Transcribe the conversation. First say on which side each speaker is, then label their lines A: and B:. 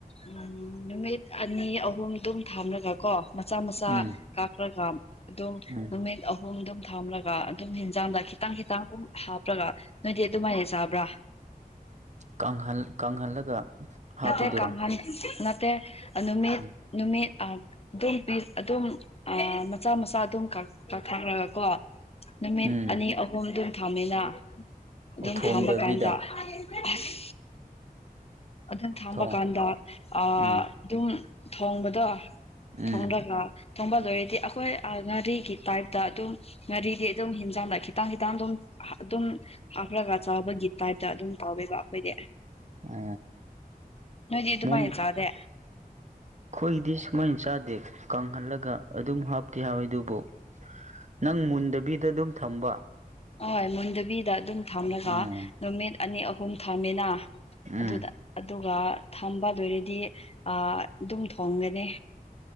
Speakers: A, on the left; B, on the right.
A: ꯎꯝ ꯅꯨꯃꯤꯠ ꯑꯅꯤ ꯑꯍꯨꯝ ꯑꯗꯨꯝ ꯊꯥꯝꯂꯒ ꯀꯣ ꯃꯆꯥ ꯃꯆꯥ
B: ꯎꯝ
A: ꯀꯥꯛꯈ꯭ꯔꯒ ꯑꯗꯨꯝ
B: ꯎꯝ
A: ꯅꯨꯃꯤꯠ ꯑꯍꯨꯝ ꯑꯗꯨꯝ ꯊꯝꯂꯒ ꯑꯗꯨꯝ ꯍꯟꯖꯥꯡꯗ ꯈꯤꯇꯪ ꯈꯤꯇꯪ ꯑꯗꯨꯝ ꯍꯥꯞꯄꯒ ꯅꯣꯏꯗꯤ ꯑꯗꯨꯃꯥꯏꯅ ꯆꯥꯕ꯭ꯔꯥ
B: ꯀꯪꯍꯜ ꯀꯪꯍꯜꯂꯒ ꯍꯥꯞꯄꯗꯨꯔꯣ
A: ꯅꯠꯇꯦ ꯀꯥꯡꯍꯟ ꯅꯠꯇꯦ ꯅꯨꯃꯤꯠ
B: ꯎꯝ
A: ꯅꯨꯃꯤꯠ ꯑꯗꯨꯝ ꯄꯤꯁ ꯑꯗꯨꯝ ꯑꯥ ꯃꯆꯥ ꯃꯆꯥ ꯑꯗꯨꯝ ꯀꯛ ꯀꯛꯊꯔꯒ ꯀꯣ ꯅꯨꯃꯤꯠ
B: ꯎꯝ
A: ꯑꯅꯤ ꯑꯍꯨꯝ ꯑꯗꯨꯝ ꯊꯝꯃꯤꯅ ꯑꯗꯨꯝ
B: ꯑꯣ ꯊꯣꯡꯗꯕꯤꯗ
A: ꯊꯥꯝꯕ ꯀꯥꯟꯗ ꯑꯁ ꯑꯗꯨꯝ ꯊꯝꯕ
B: ꯊꯣꯡ
A: ꯀꯥꯟꯗ ꯑꯥ
B: ꯎꯝ
A: ꯑꯗꯨꯝ ꯊꯣꯡꯕꯗꯣ
B: ꯎꯝ
A: ꯊꯣꯡꯔꯒ ꯊꯣꯡꯕ ꯂꯣꯏꯔꯗꯤ ꯑꯩꯈꯣꯏ ꯑ ꯉꯥꯔꯤꯒꯤ ꯇꯥꯏꯞꯇ ꯑꯗꯨꯝ ꯉꯥꯔꯤꯗꯤ ꯑꯗꯨꯝ ꯍꯦꯟꯖꯥꯡꯗ ꯈꯤꯠ ꯇꯥꯡꯉꯤ ꯇꯥꯡꯗꯣ ꯑꯗꯨꯝ ꯍꯥꯞꯔꯒ ꯆꯥꯕꯒꯤ ꯇꯥꯏꯞꯇ ꯑꯗꯨꯝ ꯇꯧꯋꯦꯕ ꯑꯩꯈꯣꯏꯗꯤ
B: ꯑ
A: ꯅꯣꯏꯗꯤ ꯑꯗꯨꯃꯥꯏꯅ
B: ꯃꯎꯟ
A: ꯆꯥꯗꯦ
B: ꯈꯣꯢꯗꯤ ꯁꯨ ꯃꯣꯏꯅ ꯆꯥꯗꯦ ꯀꯪꯍꯜꯂꯒ ꯑꯗꯨꯝ ꯍꯥꯞꯇꯦ ꯍꯥꯎꯏ ꯑꯗꯨꯕꯨ ꯅꯪ ꯃꯨꯟꯗꯕꯤꯗ ꯑꯗꯨꯝ ꯊꯝꯕ
A: ꯍꯣꯏ ꯃꯨꯟꯗꯕꯤꯗ ꯑꯗꯨꯝ ꯊꯝꯂꯒ
B: ꯎꯝ
A: ꯅꯨꯃꯤꯠ ꯑꯅꯤ ꯑꯍꯨꯝ ꯊꯝꯃꯤꯅ
B: ꯎꯝ
A: ꯑꯗꯨꯗ ꯑꯗꯨꯒ ꯊꯝꯕ ꯂꯣꯏꯔꯗꯤ ꯑꯥ ꯑꯗꯨꯝ ꯊꯣꯡꯒꯅꯤ